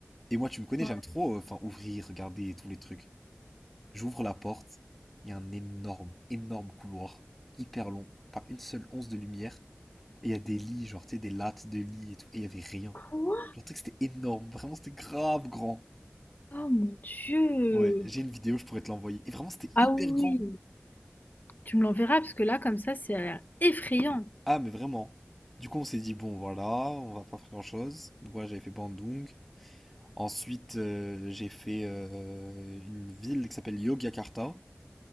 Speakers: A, in the centre; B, on the left.
A: Et moi, tu me connais,
B: Ouais.
A: j'aime trop, euh, enfin, ouvrir, regarder et tous les trucs. J'ouvre la porte, il y a un énorme, énorme couloir, hyper long, pas une seule once de lumière. Et il y a des lits, genre, tu sais, des lattes de lits et tout. Et il y avait rien.
B: Quoi?
A: J'ai trouvé que c'était énorme. Vraiment, c'était grave grand.
B: Oh mon Dieu!
A: Ouais, j'ai une vidéo, je pourrais te l'envoyer. Et vraiment, c'était
B: Ah
A: hyper
B: oui!
A: grand.
B: Tu me l'enverras parce que là, comme ça, c'est l'air effrayant.
A: Ah, mais vraiment. Du coup, on s'est dit, bon, voilà, on va pas faire grand-chose. Donc, voilà, j'avais fait Bandung. Ensuite, euh, j'ai fait euh, une ville qui s'appelle Yogyakarta,